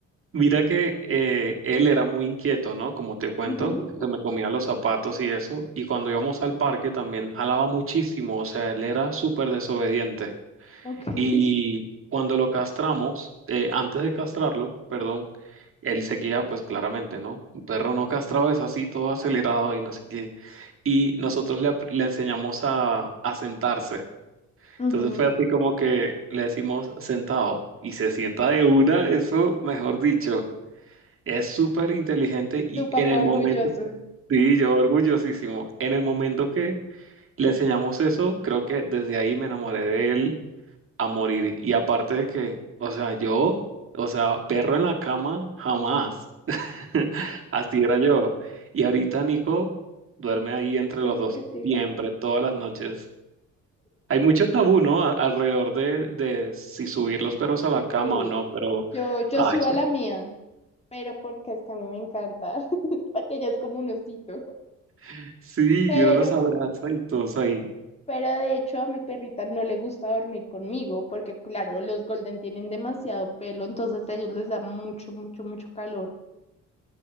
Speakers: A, on the right; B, on the left.
A: Mira que eh, él era muy inquieto, ¿no? Como te cuento,
B: Ujú,
A: que se me comía los zapatos y eso, y cuando íbamos al parque también jalaba muchísimo, o sea, él era súper desobediente.
B: ok. <laughs>
A: Y cuando lo castramos, eh, antes de castrarlo, perdón, él seguía, pues claramente, ¿no? Un perro no castrado es así, todo acelerado y no sé qué. Y nosotros le, ap- le enseñamos a, a sentarse.
B: Ujú.
A: Entonces fue así como que le decimos sentado y se sienta de una, eso, mejor dicho, es súper inteligente y
B: Tu papá
A: en el
B: orgulloso.
A: momento, sí, yo orgullosísimo, en el momento que le enseñamos eso, creo que desde ahí me enamoré de él a morir. Y aparte de que, o sea, yo, o sea, perro en la cama, jamás. <laughs> Así era yo. Y ahorita Nico duerme ahí entre
B: ¿Dame
A: los dos,
B: que te diga?
A: siempre, todas las noches. Hay mucho tabú, ¿no? A- alrededor de, de si subir los perros a la cama
B: Sí.
A: o no, pero,
B: Yo, yo
A: ay,
B: subo a la mía, pero porque es que a mí me encanta, <laughs> porque ella es como un osito.
A: <laughs> sí,
B: Pero,
A: y uno los abraza y todos ahí.
B: pero de hecho a mi perrita no le gusta dormir conmigo, porque claro, los golden tienen demasiado pelo, entonces a ellos les da mucho, mucho, mucho calor.